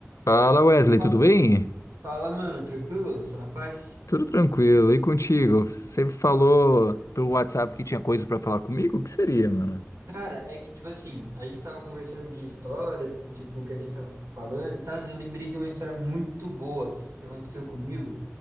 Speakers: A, on the left; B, on the right.
A: Fala Wesley,
B: Fa-
A: tudo bem?
B: Fala, mano, tranquilo? Só na paz?
A: Tudo tranquilo, e contigo? Você falou pelo WhatsApp que tinha coisa pra falar comigo? O que seria, mano?
B: Cara, é que, tipo assim, a gente tava conversando de histórias, tipo, que a gente tava falando e tal, eu lembrei de uma história muito boa que aconteceu comigo,